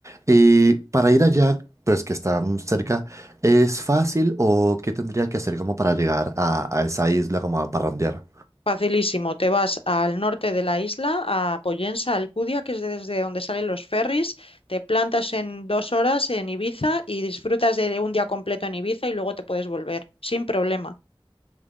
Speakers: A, on the right; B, on the left.
A: y para ir allá, pues que están cerca, ¿es fácil o qué tendría que hacer como para llegar a, a esa isla como a parrandear?
B: Facilísimo, te vas al norte de la isla, a Poyensa, Alcudia, que es desde donde salen los ferries, te plantas en dos horas en Ibiza y disfrutas de un día completo en Ibiza y luego te puedes volver, sin problema.